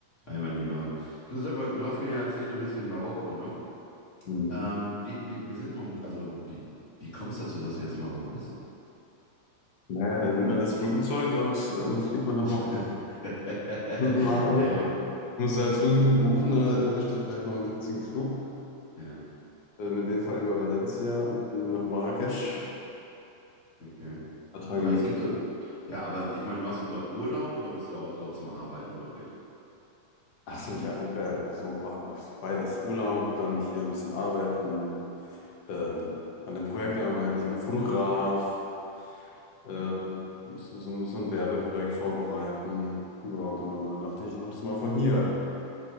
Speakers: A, on the left; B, on the left.
A: Hi, mein Lieber. Du sag mal, du hast mir ja erzählt, du bist in Marokko, ne?
B: Mhm.
A: Ähm, wie, wie, wie sind wir, also wie, wie kommst du dazu, dass du jetzt in Marokko bist?
B: Naja, dann nimmt man das Flugzeug und äh, dann fliegt man nach
A: <laughs>
B: Marokko.
A: Ja,
B: Muss man einfach-
A: ja,
B: ist das. muss halt früh genug buchen, dann erwischt er vielleicht noch einen günstigen Flug.
A: ja,
B: Ähm, in dem Fall über Valencia und dann nach Marrakesch. Ein
A: okay.
B: paar Tage
A: Aber
B: mit.
A: es gibt, doch- ja, aber ich meine, machst du dort Urlaub oder bist du auch dort zum Arbeiten wirklich?
B: Ach so, ja, U- äh, so be- beides. Urlaub, dann hier ein bisschen arbeiten, ähm, an dem Projekt arbeiten. Ich bin Fotograf, ähm,
A: Okay.
B: muss so, so so ein Werbeprojekt vorbereiten. Ja, genau. Dann dachte ich, ich mache das mal von hier.